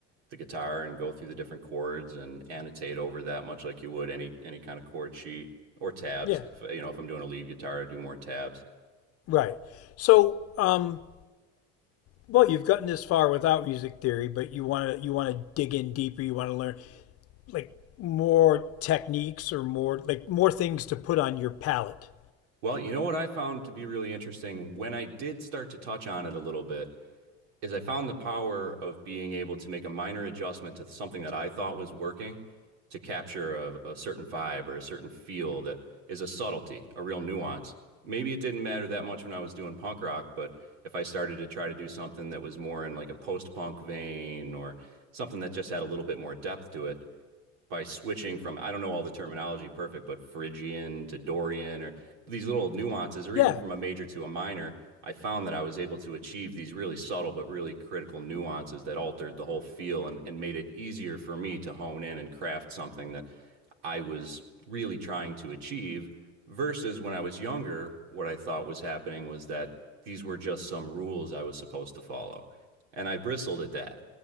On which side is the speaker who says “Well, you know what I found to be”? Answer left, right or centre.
Right